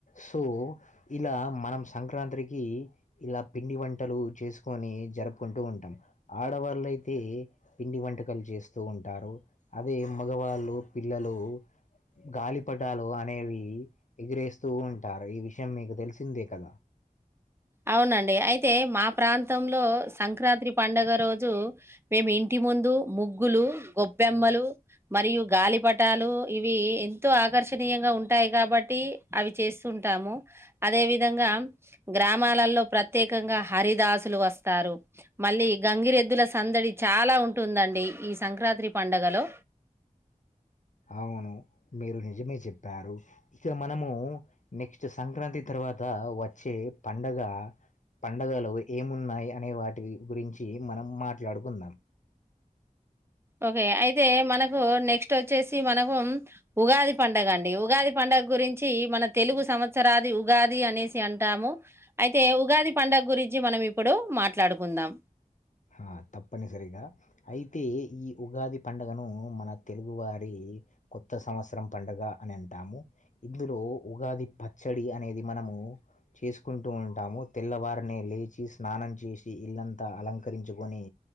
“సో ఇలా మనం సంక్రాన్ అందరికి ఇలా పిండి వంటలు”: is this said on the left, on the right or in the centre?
Left